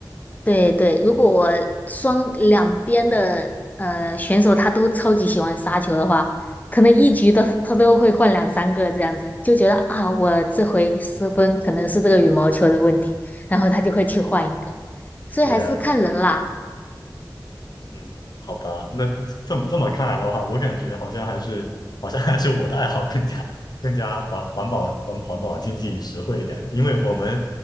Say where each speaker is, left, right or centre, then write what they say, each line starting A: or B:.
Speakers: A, on the left; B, on the left.
A: 对对，如果我双两边的呃选手他都超级喜欢杀球的话，可能一局都他都会换两三个这样子，就觉得啊，我这回失分可能是这个羽毛球的问题，然后他就会去换一个，所以还是看人啦。
B: 也嗯，好吧，那这么这么看来的话，我感觉好像还是好像还是我的爱好更加更加环环保环环保经济实惠一点，因为我们